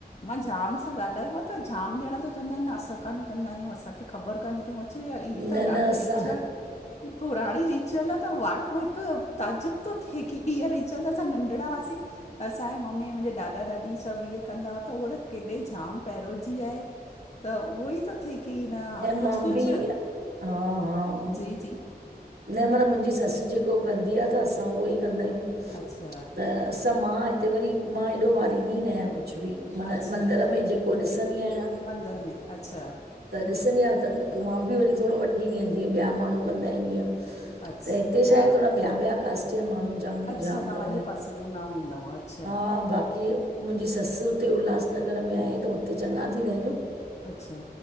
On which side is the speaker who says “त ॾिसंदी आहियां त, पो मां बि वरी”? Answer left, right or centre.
Right